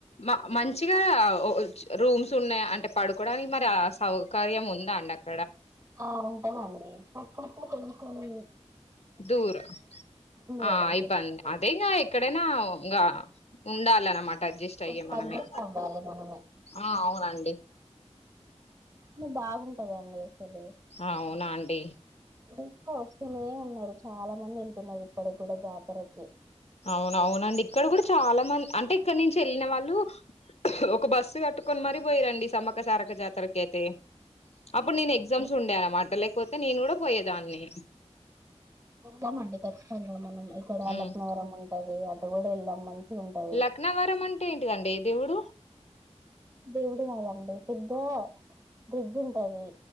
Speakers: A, on the left; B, on the right.
A: మ మంచిగా ఆ రూమ్స్ ఉన్నాయి అంటే పడుకోవడానికి మరి ఆ సౌకర్యం ఉందా అండి అక్
B: ఆ ఉంటదండి పక్కక్క తెల్సిందే
A: దూరం ఆ
B: పడాల్సి
A: ఇబ్బంది
B: వస్తుంది
A: అదే గా ఎక్కడైనా ఇంగ ఉండాలన్నమాట అడ్జస్ట్
B: కొంచెం
A: అయ్యి మనమే
B: అడ్జస్ట్ అవ్వాలి మనమే
A: ఆ అవునండి
B: మ్ బాగుంటదండి అసలు
A: ఆ, అవునా అండి
B: ఇంకా వస్తూనే ఉన్నారు చాలా మంది ఎళ్తున్నారు ఇక్కడ కూడా జాతరకి
A: అవునవునండి ఇక్కడ కూడా చాలా మం అంటే ఇక్కడ నుంచి వెళ్ళిన వాళ్ళు ఒక బస్సు కట్టుకొని మరీ పోయిరండి సమ్మక సారక్క జాతరకి అయితే అప్పుడు నేను
B: అయితే
A: ఎగ్జమ్స్ ఉండే అనమాట లెక్ పోతే నేను కూడా పోయేదాన్ని
B: ఎంత మండి ఖచ్చితంగా మనం ఇక్కడ
A: ఉమ్
B: లక్నవరం ఉంటది అటు పోతే ఇంకా మంచిగా ఉంటది
A: లక్నవరం అంటే ఏంటిదండి ఏ దేవుడు
B: దేవుడు కదండి పెద్ద బ్రిడ్జ్ ఉంటది